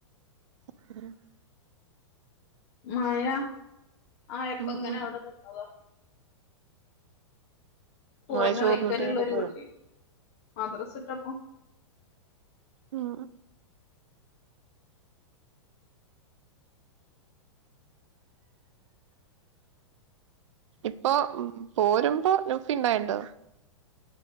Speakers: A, on the right; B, on the left.
A: ഉ ഉം <inaudible>
B: മയ ആയപ്പങ്ങനഅവടെനിന്നത
A: ഉം ഉം
B: പോര്ണ
A: മഴ ചോർന്നിട്ട്
B: വൈക്കല്ള്ളഒരു
A: കിടക്കുവാ
B: വീട്ടില് മദ്രസ്ഇട്ടപ്പം
A: ഉം ഉം ഇപ്പൊപോരുമ്പോനുഫിണ്ടായ്ണ്ട്